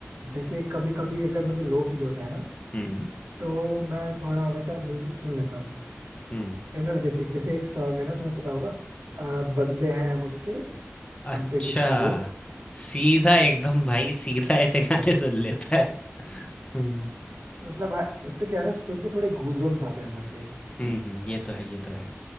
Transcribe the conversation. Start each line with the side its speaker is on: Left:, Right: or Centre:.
Right: जैसे कभी कभी अगर मुझे लो फील होता है ना
Left: हम्म
Right: तो मैं थोड़ा वैसा म्यूजिक सुन लेता हूँ
Left: हम्म
Right: एनर्जेटिक जैसे एक सॉन्ग है ना तुम्हें पता होगा आ, बंदे हैं हम उसके
Left: अच्छा,
Right: हम पे किसका जोर
Left: सीधा एकदम भाई सीधा ऐसे गाने सुन लेता है। हुँ,
Right: मतलब हाँ, उससे क्या है ना सुन के थोड़े गूजबम्स आते हैं अंदर से
Left: हुँ, हुँ, ये तो है, ये तो है।